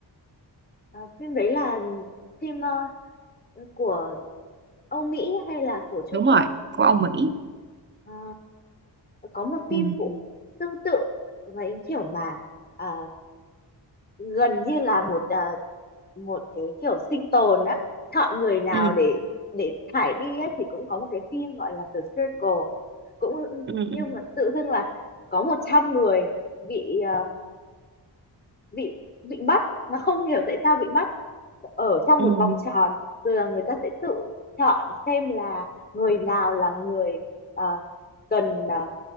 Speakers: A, on the left (about 20°); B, on the right (about 25°).
A: Ờ, phim đấy là phim ờ, của Âu Mỹ hay là của Trung
B: đúng rồi
A: Quốc ấy.
B: của ông Mỹ
A: Ờ, có một phim
B: ừ.
A: cũng tương tự với kiểu mà ờ, gần như là một ờ, một cái kiểu sinh tồn á chọn người nào
B: Ừ.
A: để để thải đi á thì cũng có một cái phim gọi là The Circle cũng
B: Ừ.
A: nhưng
B: Ừ.
A: mà tự dưng là có 100 người bị ờ, bị bị bắt mà không hiểu tại sao bị bắt ở trong
B: ừ.
A: một vòng tròn rồi là người ta sẽ tự chọn xem là người nào là người ờ, cần ờ,